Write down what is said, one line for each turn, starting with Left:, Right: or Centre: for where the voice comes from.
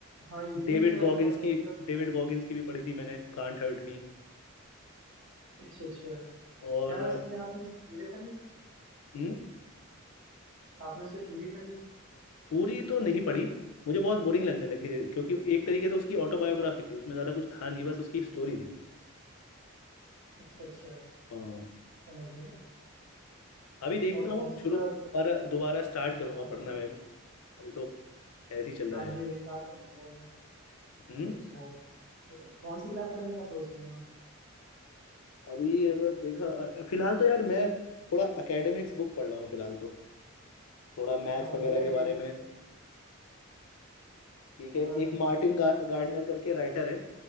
Right: हाँ ये
Left: डेविड
Right: भी शायद
Left: गॉगिंस
Right: बहुत
Left: की
Right: पॉपुलर किताब
Left: डेविड गॉगिंस
Right: है
Left: की भी पढ़ी थी मैंने कांट हर्ट मी
Right: अच्छा अच्छा
Left: और
Right: क्या उसमें आपने उसे पूरे पढ़ी
Left: हम्म,
Right: आपने उसे पूरी पढ़ी
Left: पूरी तो नहीं पढ़ी मुझे बहुत बोरिंग लगने लगी क्योंकि एक तरीके से उसकी ऑटोबायोग्राफी थी उसमें ज़्यादा कुछ था नहीं बस उसकी स्टोरी थी
Right: अच्छा अच्छा
Left: हाँ
Right: समझ गया
Left: अभी देखता
Right: और कौन
Left: हूँ
Right: सी
Left: शुरू
Right: किताब
Left: दोबारा
Right: आपको अच्छी लगी
Left: दोबारा स्टार्ट करूंगा
Right: हाँ
Left: पढ़ना
Right: हाँ
Left: मैं भी अभी तो ऐसे ही
Right: अच्छा
Left: चल रहा
Right: आप
Left: है
Right: भी
Left: यार
Right: विस्तार करेंगे बोलना
Left: हम्म
Right: अच्छा तो कौन सी किताब पढ़ने का सोच रहे हैं आप
Left: अभी अगर देखा अ- फिलहाल तो यार मैं थोड़ा एकेडमिक्स बुक पढ़ रहा हूँ फिलहाल तो थोड़ा मैथ्स
Right: हाँ
Left: वगैरह
Right: वे
Left: के
Right: अकेनिक्स
Left: बारे में ठीक है
Right: हाँ
Left: एक
Right: हाँ
Left: मार्टिन गा, गार्डनर करके राइटर है